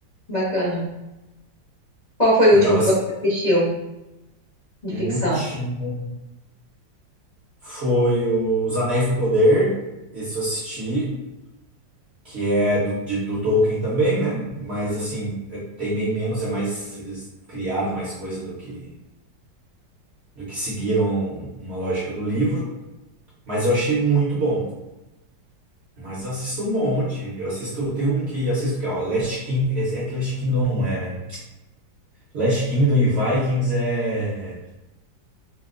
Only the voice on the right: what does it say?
Eu
tava.
ass-
O
último foi o- Os Anéis do Poder, esse eu assisti, que é do, de- do Tolkien também, né? Mas, assim, é- tem bem menos, é mais. Eles criaram mais coisa do que, do que seguiram uma lógica do livro. Mas eu achei muito bom. Mas assisto um monte. Eu assisto, tem um que assisto que é, ó, Last King, esse é que Last Kingdom não é, né? Last Kingdom e Vikings é